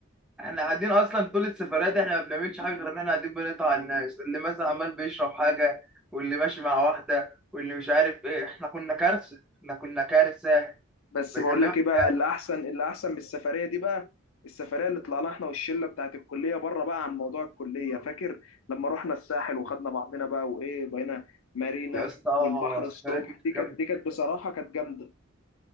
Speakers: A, in the centre; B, on the left.
A: <laughs> احنا قاعدين اصلا طول السفريات دي احنا ما بنعملش حاجه غير ان احنا قاعدين بنقطع على الناس اللي مثلا عمال بيشرب حاجه واللي ماشي مع واحده واللي مش عارف ايه احنا كنا كارثه احنا كنا كارثه
B: بس
A: بكلمك
B: بقول لك ايه
A: بجد
B: بقى اللي احسن اللي احسن من السفريه دي بقى السفريه اللي طلعناها احنا والشله بتاعت الكليه بره بقى عن موضوع الكليه فاكر لما رحنا الساحل وخدنا بعضنا بقى وايه بقينا مارينا
A: يا اسطى
B: والبحر
A: السفريات
B: الصبح
A: دي كانت
B: دي كانت
A: جامده
B: دي كانت بصراحه كانت جامده